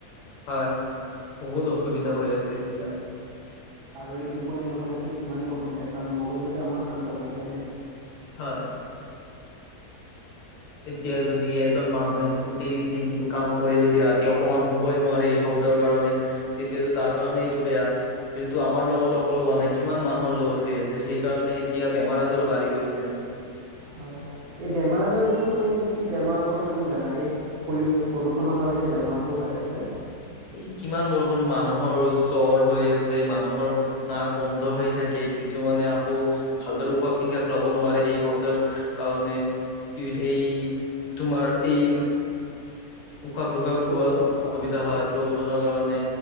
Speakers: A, on the left; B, on the right.
A: হয় বহু দুখ অসুবিধা হৈ আছে এতিয়া
B: আৰু এই টোপনি নহ'লেতো কিমানেই অসুবিধা কাৰণ মগজুটো আমাৰ শান্ত লাগে হয়নে।
A: হয় এতিয়া যদি এজন মানুহে গোটেই দিনটো কাম কৰি যদি ৰাতি অকমান শুবৈ নোৱাৰে শব্দৰ কাৰণে তেতিয়াতো তাৰ কাৰণে এইটো বেয়া এইটো আমাৰ লগতে অকল হোৱা নাই। কিমান মানুহৰ লগত হৈ আছে সেইকাৰণে এতিয়া বেমাৰ আজাৰো বাঢ়ি গৈছে।
B: হয় এই বেমাৰ আজাৰৰ বিষয়ে মানে কি কি বেমাৰৰ কথা তুমি জানা এই পলি প্ৰদূষণৰ কাৰণে যে বেমাৰবোৰ হৈ আছে।
A: এই কিমান বৰষুণ মানুহৰ জ্বৰ হৈ আছে মানুহৰ নাক বন্ধ হৈ থাকে কিছুমানে আকৌ ভালদৰে উশাহ নিশাহ লব নোৱাৰে এই শব্দৰ কাৰণে কি সেই তোমাৰ এই উশাক নিশাক
B: প্ৰদূষণৰ
A: লোৱাত অসুবিধা
B: কাৰণে
A: হয় প্ৰদূষণৰ কাৰণে